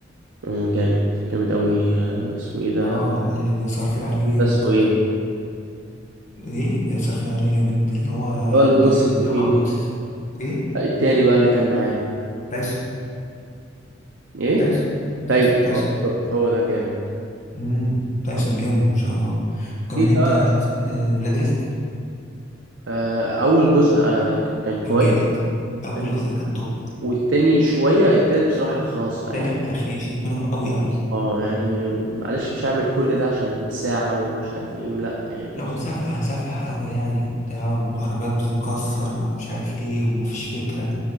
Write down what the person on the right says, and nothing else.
آه، جامد جامد أوي آه، اسمه إيه ده؟
ده اسمه إيه؟
هو الممثل
التخين
ده
آه، التاني بقى اللي كان معاه
إيه؟
تايسون
آه، بالظبط هو ده جامد
طب
في بقى
آه، أول جزء آه، ك- كان كويس
آه،
والتاني شوية التالت بصراحة خلاص بقى
يعني
اه يعني معلش مش هعمل كل ده عشان ساعة ومش عارف ايه ولا يعني